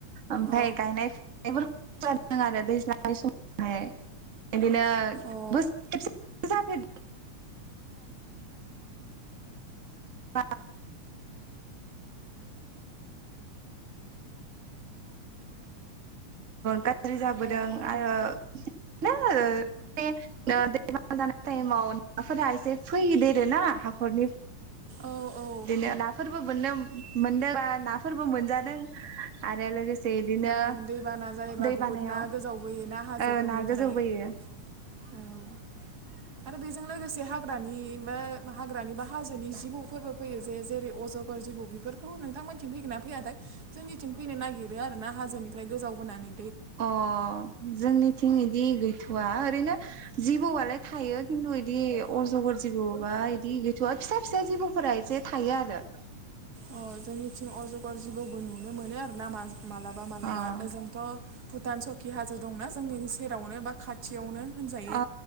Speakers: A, on the right (about 55°); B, on the right (about 35°).
A: ओमफ्राय
B: अ
A: गायनाय <unintelligible> फुनायफोरखौ जादों आरो दैज्लांनि समावहाय। बिदिनो <unintelligible>
B: अ
A: जाफेर <unintelligible> <unintelligible> <unintelligible> गाज्रि जाबोदों
B: अ
A: आरो <unintelligible> <unintelligible> टाइमाव नाफोरा एसे <unintelligible> ना हाखरनि
B: औ औ
A: बिदिनो नाफोरबो बोननोब मोननोबा नाफोरबो मोनजादों आरो लोगोस जे इदिनो,
B: ओं दैबाना जायोबा
A: दै
B: बुहुद
A: बानायाव
B: ना
A: ओ
B: गोजावबोयो ना हाजोफोरनिफ्राय
A: ना गोजावबोयो।
B: <unintelligible> आरो बेजों लोगोसे हाग्रानि मो हाग्रानि बा हाजोनि जिबौ फोरबो फैयो जे जेरै अज'गर जिबौ बेफोरखौ नोंथांमोनथिं फैगोन ना फैयाथाय जोंनिथिं फैनो नागिरो आर ना हाजोनिफ्राय गोजाव बोनानै
A: अ जोंनिथिं बिदि गैथ'वा ओरैनो जिबौआलाय थायो खिन्थु इदि अजगर जिबौ बा बिदि गैथवा फिसा फिसा जिबौफोरा एसे बे थायो आरो।
B: अ जोंनिथिं अजगर जिबौबो नुनो मोनो आरो ना मास मालाबा मालाबा
A: अ
B: ओजोंथ' भुटान सकि हा जोंथिं दंना जोंनि सेरावनो बा खाथियावनो होनजायो
A: अ